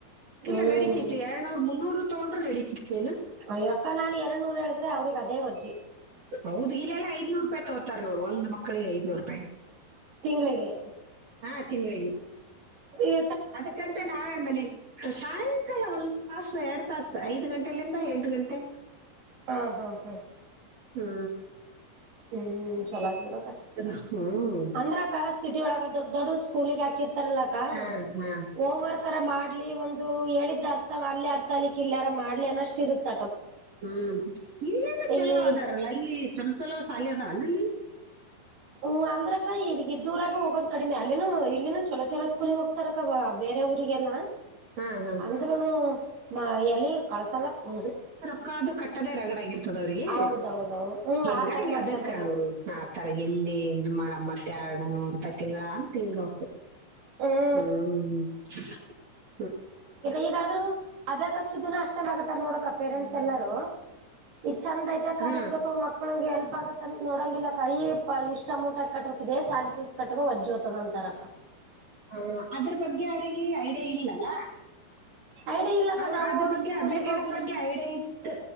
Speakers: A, on the right; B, on the right.
A: ಹ್ಮ್
B: ಇಲ್ಲ ನಡೀತಿತ್ತು ಎರಳ್ನೂರು ಮುನ್ನೂರು ತಗೊಂಡ್ರ ರೆಡಿ ಕಿತೇನೆ
A: ಅಯ್ಯಕ್ಕ ನಾನ್ ಎರಡ್ ನೂರ್ ಹೇಳಿದ್ರೆ ಅವ್ರಿಗೆ ಅದೇ ಒದ್ದ
B: ಹೌದು ಇಲ್ಲೆಲ್ಲಾ ಐ್ನೂರು ರೂಪಾಯಿ ತಗೋತಾರೆ ನೋಡು ಒಂದ್ ಮಕ್ಕಳಿಗೆ ಐ್ನೂರು ರೂಪಾಯಿ
A: ತಿಂಗಳಿಗೆ
B: ಹಾ ತಿಂಗಳಿಗೆ
A: ಎ
B: ಅದಕ್ಕಂತ ನಾ ಏನ್ ಮಾಡ್ಲಿ ಸಾಯಂಕಾಲ ಒಂದ್ ತಾಸು ಎರಡ್ ತಾಸ ಐದ್ ಗಂಟೆಲಿಂದ ಎಂಟು ಗಂಟೆ
A: ಹಾ ಹಾ ಹಾ
B: ಹಾ
A: ಹ್ಮ್ ಚಲೋ ಆಗ್ ಬಿಡಕ್ಕ
B: ಹ್ಮ್
A: ಅಂದ್ರಕ್ಕ ಸಿಟಿ ಒಳಗ ದೊಡ್ಡ ದೊಡ್ ಸೊ ಸ್ಕೂಲಿಗೆ ಹಾಕಿರ್ತಾರಲ್ಲಕ್ಕ
B: ಹಾ ಹಾ
A: ಹೋಮ್ ವರ್ಕ್ರ ಮಾಡ್ಲಿ ಒಂದು ಅದು ಹೇಳಿದ್ದ ಅರ್ಥ ಮಾಡ್ಲಿ ಅರ್ಥ ಅಲಿಕ್ಕೆ ಇಲ್ಲಯಾರ ಮಾಡ್ಲಿ ಅನ್ನಷ್ಟ ಇರುತ್ತ
B: ಹ್ಮ್ ಇಲ್ಲೇನ
A: ಇಲ್ಲಿ
B: ಚಲೋ ಅದಾರಲ್ಲ ಇಲ್ಲಿ ಚಲೋ ಚಲೋ ಸಾಲಿ ಅದಾವ ನಲ್ಲಿ
A: ಹ್ಮ್ ಅಂದ್ರಕ್ಕ ಇದಗ್ದೂರಾಗ ಹೋಗೋದ್ ಕಡಿಮೆ ಅಲ್ಲಿನನು ಇಲ್ಲಿನು ಚಲೋ ಚಲೋ ಸ್ಕೂಲಿಗೆ ಹೋಗ್ತಾರಕ್ಕ ಬೇರೆ ಬೇರೆ ಊರಿಗೆಲ್ಲ
B: ಹಾ ಹಾ
A: ಅಂದ್ರೂನು ಮ ಎಲ್ಲಿ ಕಳಸಲ್ಲ ಊರ್
B: ಅಕ್ಕ ಅದು ಕಟ್ಟದೆ ರರಗಡ ಆಗರ್ತದ ಅವ್ರಿಗೆ
A: ಹೌದೌದೌದು ಹ್ಮ್
B: ಹಿಂಗಾಗಿ
A: ಆತರ ಮಾಡ್ತಾರ
B: ಅದಕ್ಕ
A: ನೋಡಕ
B: ಆ ಆ ತರಗ ಎಲ್ಲಿ ಮ ಮತ್ತೆ ಎರಡ ನೂರು ರೂಪಾಯಿ ತಿಂಗಳ ತಿಂಗಳು
A: ಹ್ಮ್
B: ಹ್ಮ ಹ್ಮ
A: ಈಗಾದ್ರೂ ಅದೆ ಅಷ್ಟ ಆಗತ್ತಾರ ನೋಡಕ ಪೇರೆಂಟ್ಸ್ ಎಲ್ಲಾರೂ ಈ ಚಂದ ಐತೆ ಕಲಸ್ಬೇಕು
B: ಹಾ
A: ಮಕ್ಳು ಮಕ್ಕಳ ಎಲ್ಪ್ ಆಗುತ್ತ ನೋಡಂಗಿಲ್ಲ ಇಷ್ಟ್ ಅಮೌಂಟ್ ಹಾಕಿ ಕಟ್ಬೇಕು ಸ್ಯಾಲರಿ ಕಟ್ಟದ ಒಜ್ಜೋತದ ಅಂತಾರಕ್ಕ
B: ಹ ಅದ್ರ ಬಗ್ಗೆ ಅವ್ರಿಗೆ ಐಡಿಯಾ ಇಲ್ಲಲ್ಲ
A: ಐಡಿ ಇಲ್ಲಕ್ಕ
B: ಅವ್ರ
A: ನಾವು
B: ಅದ್ರ
A: ಹೋಗಿ
B: ಬಗ್ಗೆ
A: ಸ್ಕೂಲಿಗೆ
B: ಹಬ್ಬೆ ಕ್ಲಾಸ್
A: ಹೋಗಿ
B: ಬಗ್ಗೆ ಐಡಿಯ ಇತ್ತು